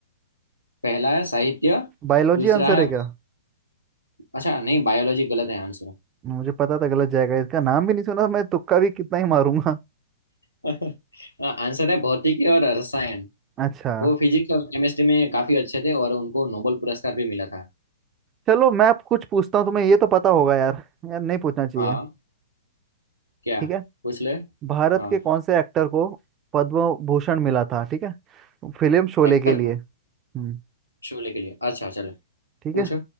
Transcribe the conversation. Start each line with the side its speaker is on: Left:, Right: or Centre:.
Left: पहला है साहित्य
Right: बायोलॉजी
Left: दूसरा
Right: आंसर
Left: है
Right: है क्या
Left: अच्छा नहीं बायोलॉजी गलत है आंसर
Right: मुझे पता था गलत जाएगा इसका नाम भी नहीं सुना मैं तुक्का भी कितना ही मारूंगा
Left: <laughs> आंसर है भौतिकी और रसायन
Right: <laughs> अच्छा
Left: वो फिजिक्स और केमिस्ट्री में काफी अच्छे थे और उनको नोबेल पुरस्कार भी मिला था
Right: चलो मैं अब कुछ पूछता हूँ तुम्हें ये तो पता होगा यार यार नहीं पूछना चाहिए
Left: हाँ क्या
Right: ठीक है
Left: पूछ ले
Right: भारत
Left: हाँ
Right: के कौन से एक्टर को पद्म भूषण मिला था ठीक है फिल्म शोले
Left: एक्टर
Right: के लिए
Left: को
Right: हम्म
Left: शोले के लिए अच्छा चलो
Right: ठीक
Left: पूछो
Right: है